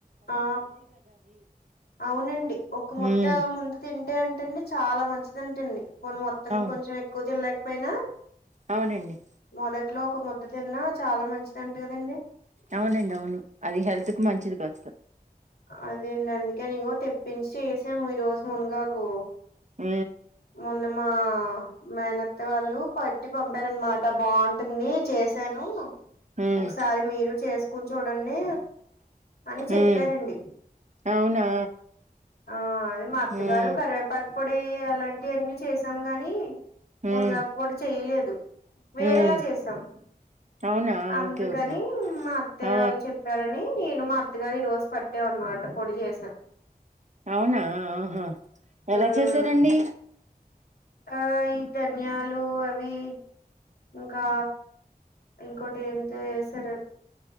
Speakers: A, on the left; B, on the right.
A: ఆ అవునండి ఒక ముద్ద
B: ఉమ్
A: ముందు తింటే అంటండి చాలా మంచిదింటండి పోన్ మొత్తం
B: అవును
A: కొంచెం ఎక్కువ తినలేకపోయినా
B: అవునండి
A: మొదట్లో ఒక ముద్ద తిన్నా చాలా మంచిది అంట కదండి
B: అవునండి అవును అది హెల్త్ కు మంచిది కాస్త
A: అదే అండి అందుకేని ఇగో తెప్పించి చేసాము ఈ రోజు మునుగాకు
B: ఉ
A: మొన్న మా మేనత్త వాళ్ళు పట్టి పంపారన్మా ఇ బాగుంటుంది చేసాను,
B: ఉమ్
A: ఒకసారి మీరు చేస్ కుని చూడండి అని చెప్పారండి.
B: ఉమ్ అవునా
A: ఆ అది మా అత్తగారు
B: ఉమ్
A: కరివేపాక పొడి అలాంటివన్నీ చేసాం గాని
B: ఉమ్
A: మునగాక్ పోడి చెయలేదు వేరేలా
B: ఉమ్
A: చేసాం
B: అవునా
A: అందుకని
B: ఓకే ఓకే
A: మా అత్తయ్య
B: ఆ
A: వాళ్ళు చెప్పార ని నేను మా అత్తగారు ఈ రోజు పట్టాం అన్మాట పొడి చేస్న.
B: అవునా ఆహా, ఎలా
A: ఉమ్
B: చేసారండి?
A: ఆ ఈ ధన్యాలు అవి ఇంకా ఇంకోటి ఎంతో ఎసారు.